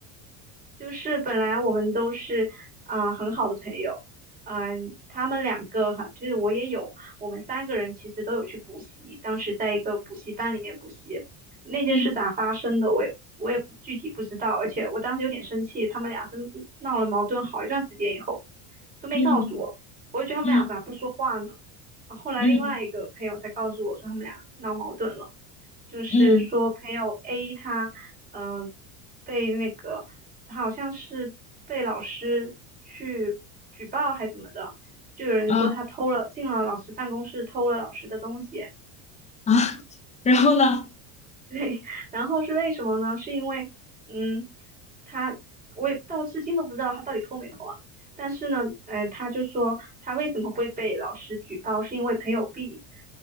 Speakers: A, on the right; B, on the left.
A: 就是本来我们都是啊、呃很好的朋友，嗯、他们两个哈，就是我也有，我们三个人其实都有去补习，当时在一个补习班里面补习，那件事咋发生的我也我也具体不知道，
B: 嗯
A: 而且我当时有点生气，他们俩是闹了矛盾好一段时间以后。都没告诉我，
B: 嗯
A: 我就觉得他们俩咋不说话呢？
B: 嗯
A: 啊，后来另外一个朋友才告诉我说他们俩闹矛盾了，
B: 嗯
A: 就是说朋友
B: 嗯
A: A 他嗯、呃被那个他好像是被老师去举报还怎么的，就有人说他偷了进了老师办公室偷了老师的东西，
B: 啊啊，<laughs> 然后呢？
A: 对，然后是为什么呢？是因为，嗯，他我也到至今都不知道他到底偷没偷啊。但是呢，呃，他就说他为什么会被老师举报，是因为朋友 B，